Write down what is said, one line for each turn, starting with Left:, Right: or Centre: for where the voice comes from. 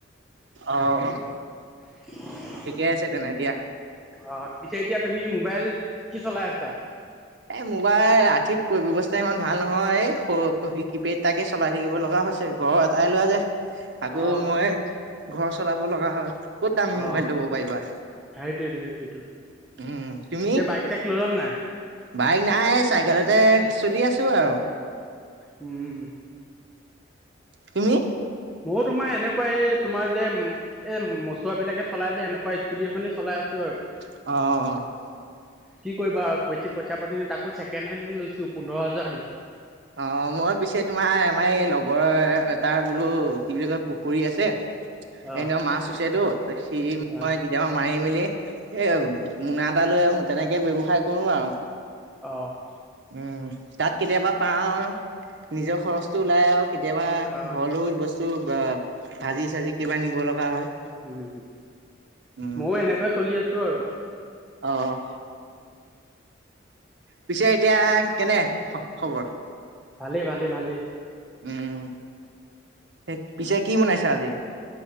Right: অ'।
Centre: <inaudible>
Right: ঠিকে আছে তেনে, দিয়া।
Centre: অ', পিছে এতিয়া তুমি, মোবাইল কি চলাই আছা?
Right: এ মোবাইল, আৰ্থিক ব্যৱস্থা ইমান ভাল নহয়, এই কিপেড এটাকে চলাই থাকিব লগা হৈছে। ঘৰৰ এটাই ল'ৰা যে, আকৌ
Centre: অ
Right: মই ঘৰ চলাব লগা হয়। ক'ত দামি
Centre: অ
Right: মোবাইল ল'ব পাৰিবা,
Centre: সেইটোৱেটো সেইটোৱেটো
Right: উম, তুমি?
Centre: এতিয়া বাইক চাইক ল'লা নাই?
Right: বাইক নাই, চাইকেলতে চলি আছো আৰু।
Centre: উম।
Right: তুমি?
Centre: মইও তোমাৰ এনেকুৱা, এই তোমাৰ যে এ মচোৱা বিলাকে চলাই যে, সেনেকুৱা স্কুটি এখনে চলাই আছো আৰু।
Right: অ', অ'।
Centre: কি কৰিবা, বেছি পইচা পাতি নাই তাকো, ছেকেণ্ড হেণ্ড লৈছো, পোন্ধৰ হাজাৰ দি।
Right: অ', মই পিছে তোমাৰ, আমাৰ এই লগৰ তাৰ বোলো কি বুলি কয় পুখুৰী আছে।
Centre: অ
Right: এনেও মাছ হৈছেটো, সি
Centre: অ
Right: মই কেতিয়াবা মাৰি মেলি, এই মোনা এটা লৈ, তেনেকে ব্যৱসায় কৰোঁ আৰু।
Centre: অ'।
Right: উম, তাত কেতিয়াবা পাওঁ আৰু, নিজৰ খৰচটো ওলাই আৰু। কেতিয়াবা,
Centre: অ
Right: ঘৰলৈও বস্তু, ভাজি-চাজি কিবা নিব লগা হয়।
Centre: উম,
Right: উম,
Centre: মইয়ো এনেকুৱাই চলি আছো আৰু।
Right: অ'। পিছে, এতিয়া, কেনে খবৰ?
Centre: ভালে, ভালে, ভালে।
Right: উম, সেই পিছে কি বনাইছা আজি?